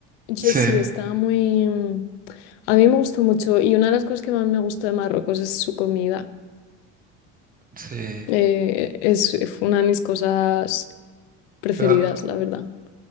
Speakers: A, on the left (about 80°); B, on the right (about 25°).
A: yo
B: Sí,
A: sí, estaba muy... mm, A mí me gustó mucho y una de las cosas que más me gustó de Marruecos es su comida.
B: sí.
A: Eh, es, fue una de mis cosas preferidas,
B: Pero
A: la verdad.